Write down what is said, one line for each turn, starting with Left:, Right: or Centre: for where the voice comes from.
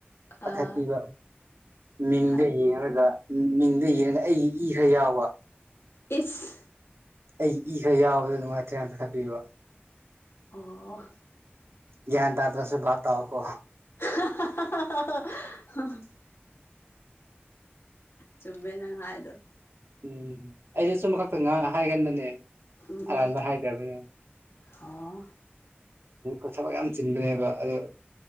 Right: ꯄꯥꯈꯠꯄꯤꯕ
Left: ꯑꯥ
Right: ꯃꯤꯡꯗ
Left: ꯑꯗꯨꯅꯤ
Right: ꯌꯦꯡꯔꯒ ꯃꯤꯡꯗ ꯌꯦꯔꯒ ꯑꯩꯒꯤ ꯏ ꯈꯔ ꯌꯥꯎꯕ
Left: ꯏꯁ
Right: ꯑꯩꯒꯤ ꯏ ꯈꯔ ꯌꯥꯎꯕꯗꯣ ꯅꯨꯡꯉꯥꯏꯇ꯭ꯔꯦꯅ ꯄꯥꯏꯈꯠꯄꯤꯕ
Left: ꯑꯣ
Right: ꯒ꯭ꯌꯥꯟ ꯇꯥꯗ꯭ꯔꯁꯨ ꯚꯥꯄ ꯇꯥꯎꯀꯣ
Left: <inaudible> ꯆꯨꯝꯃꯦ ꯅꯪ ꯍꯥꯏꯗꯣ
Right: ꯎꯝ ꯑꯩꯁꯦ ꯑꯆꯨꯝꯕ ꯈꯛꯇ ꯉꯥꯡ ꯍꯥꯏꯒꯟꯕꯅꯦ
Left: ꯎꯝ
Right: ꯑꯔꯥꯟꯕ ꯍꯥꯏꯕ ꯌꯥꯕ꯭ꯔꯥꯅꯦ
Left: ꯑꯣ
Right: ꯑ ꯊꯕꯛ ꯌꯥꯝ ꯆꯤꯟꯕꯅꯦꯕ ꯑꯗꯣ